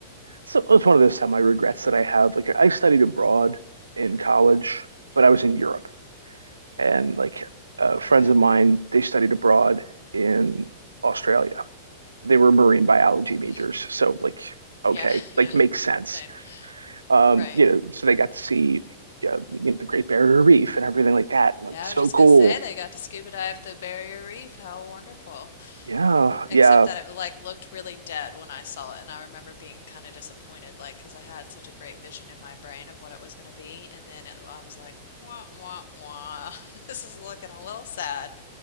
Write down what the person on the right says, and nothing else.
So it's one of those semi regrets that I have. Like I studied abroad in college, but I was in Europe, and like uh, friends
of mine, they studied abroad in Australia, they were marine biology
majors, so like okay,
like makes sense.
Um,
you know, so they got to see yeah, you know, the Great Barrier Reef and everything like that. And, like,
so
cool.
Yeah,
yeah,